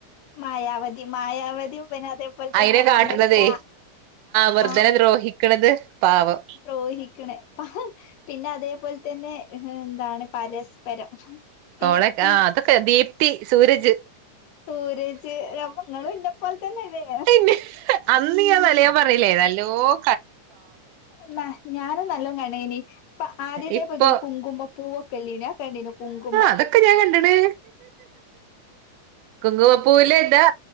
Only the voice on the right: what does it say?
അയിനെ കാട്ടണതേ
വെറുതനെ
ദ്രോഹിക്കണത് പാവം
ഓളെ ആ അതൊക്കെ ദീപ്തി സൂരജ്
പിന്നെ അന്ന് ഞാൻ വലയാൻ പറഞ്ഞല്ലേ നല്ല ഹലോ
ഇപ്പൊ
അതൊക്കെ ഞാൻ കണ്ടണ് കുങ്കുവപ്പൂല്ല എന്താ